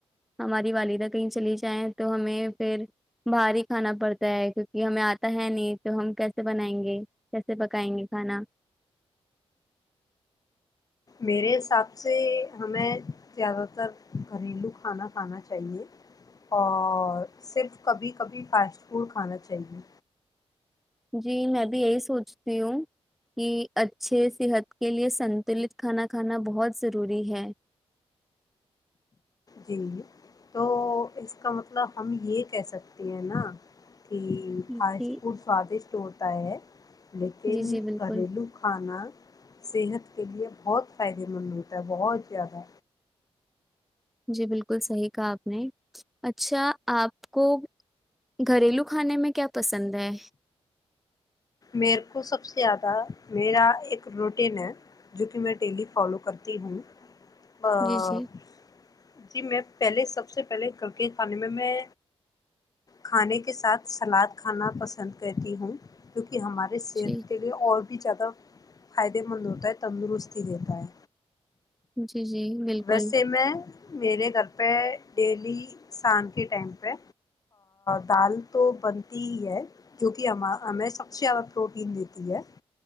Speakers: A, in the centre; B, on the left.
A: ہماری والدہ کہیں چلی جائیں تو ہمیں پھر باہر ہی کھانا پڑتا ہے کیونکہ ہمیں آتا ہے نہیں تو ہم کیسے بنائیں گے کیسے پکائیں گے کھانا
B: میرے حساب سے ہمیں زیادہ تر گھریلو کھانا کھانا چاہیے اور صرف کبھی کبھی فاسٹ فوڈ کھانا چاہیے
A: جی میں بھی یہی سوچتی ہوں کہ اچھے صحت کے لیے سنتلت کھانا کھانا بہت ضروری ہے
B: جی تو اس کا مطلب ہم یہ کہہ سکتے ہیں نا کہ
A: جی
B: فاسٹ فوڈ سوادشٹ ہوتا ہے لیکن
A: جی جی بالکل
B: گھریلو کھانا <unintelligible> صحت کے لئے بہت فائدے مند ہوتا ہے بہت زیادہ
A: جی بالکل صحیح کہا آپ نے اچھا آپ کو گھریلو کھانے میں کیا پسند ہے
B: میرے کو سب سے زیادہ میرا ایک روٹین ہے جو کہ میں ڈیلی فالو کرتی ہوں آ
A: جی جی
B: <inaudible> جی میں پہلے سب سے پہلے گ کے کھانے میں میں کھانے کے ساتھ سلاد کھانا پسند کرتی ہوں کہ ہمارے صحت
A: جی
B: کے لیے اور <unintelligible> بھی زیادہ فائدے مند ہوتا ہے تندرستی دیتا ہے
A: جچ <inaudible> جی جی بالکل
B: ویسے
A: <unintelligible>
B: میں میرے گھر پہ ڈیلی شام کے ٹائم پہ دال تو بنتی ہی ہے جو کہ ہم ہمیں سب سے زیادہ پروٹین دیتی ہے